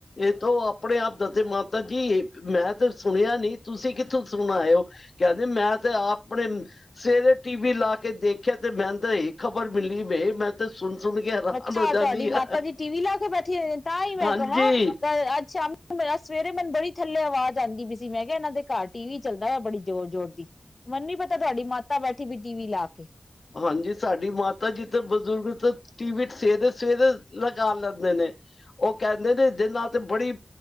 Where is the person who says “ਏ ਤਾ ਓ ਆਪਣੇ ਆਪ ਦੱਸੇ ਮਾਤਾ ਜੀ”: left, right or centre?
Left